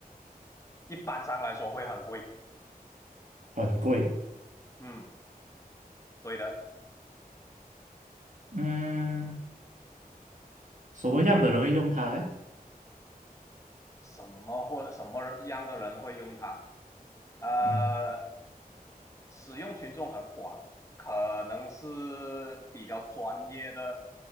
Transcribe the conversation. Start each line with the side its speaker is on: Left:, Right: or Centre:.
Left: 一般上来说会很贵。
Right: 很贵。
Left: 嗯，对的。
Right: 嗯，什么样的人会用它嘞？
Left: 什么或什么样的人会用它？呃，
Right: 嗯
Left: 使用群众很广，可能是比较专业的